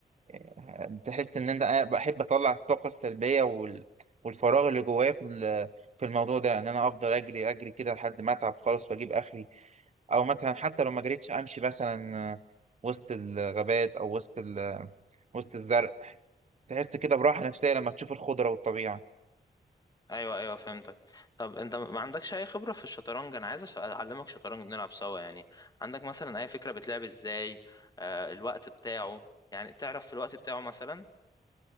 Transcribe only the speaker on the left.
ايوه ايوه فهمتك طب انت ما عندكش اي خبره في الشطرنج انا عايز أش- اعلمك شطرنج نلعب سوا يعني عندك مثلا اي فكره بتلعب ازاي آه الوقت بتاعه يعني تعرف في الوقت بتاعه مثلا